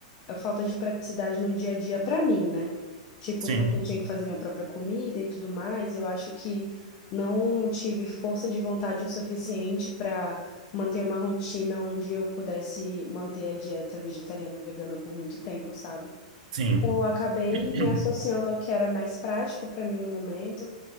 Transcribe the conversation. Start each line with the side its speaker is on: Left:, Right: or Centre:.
Left: a falta de praticidade no dia a dia pra mim, né? Tipo,
Right: Sim,
Left: porque eu tinha que fazer minha própria comida e tudo mais, eu acho que não tive força de vontade o suficiente para manter uma rotina onde eu pudesse manter a dieta vegetariana vegana por muito tempo, sabe?
Right: sim,
Left: Então, eu acabei
Right: <clears throat>
Left: me associando ao que era mais prático para mim no momento,